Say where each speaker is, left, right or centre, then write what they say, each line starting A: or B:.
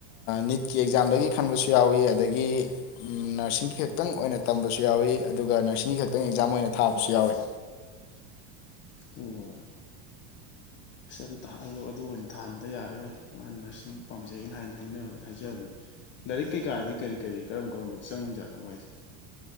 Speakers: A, on the left; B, on the left.
A: ꯅꯤꯠꯀꯤ ꯑꯦꯛꯖꯥꯝꯗꯒꯤ ꯈꯟꯕꯁꯨ ꯌꯥꯎꯋꯤ ꯑꯗꯒꯤ ꯅꯔꯁꯤꯡ ꯈꯇꯪ ꯑꯣꯏꯅ ꯇꯝꯕꯁꯨ ꯌꯥꯎꯏꯤ ꯑꯗꯨꯒ ꯅꯔꯁꯤꯡꯒꯤ ꯈꯛꯇꯪ ꯑꯦꯛꯖꯥꯝ ꯑꯣꯏꯅ ꯊꯥꯕꯁꯨ ꯌꯥꯎꯏꯤ
B: ꯑꯣ ꯑꯁ ꯑꯗꯨ ꯑꯗꯨ ꯑꯣꯏꯅ ꯊꯥꯍꯟꯕ ꯌꯥꯔꯔꯣꯏ ꯃꯥꯅ ꯅꯔꯁ ꯄꯥꯝꯖꯩꯩꯅ ꯍꯥꯏꯅ ꯍꯥꯏ ꯍꯥꯏꯖꯕꯅꯤ ꯂꯥꯏꯔꯤꯛ ꯀꯩꯀꯥꯗꯤ ꯀꯔꯤ ꯀꯔꯤ ꯀꯔꯝ ꯀꯔꯝꯕ ꯆꯪ ꯖꯥꯠꯅꯣ ꯃꯥꯏꯁꯦ